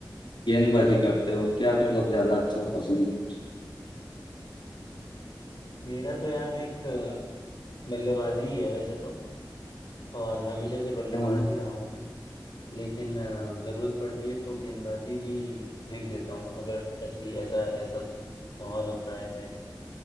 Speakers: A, on the left; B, on the left.
A: गेंदबाजी करते हो क्या मतलब ज्यादा अच्छा पसंद है
B: मेरा तो यार देख अ, बल्लेबाजी ही है वैसे तो और हमेशा से बल्लेबाज
A: हाँ
B: ही रहा हूँ मैं लेकिन अ, जरूरत पड़ती है तो गेंदबाजी भी फेंक देता हूँ अगर ऐसी ऐसा ऐसा माहौल होता है मैच का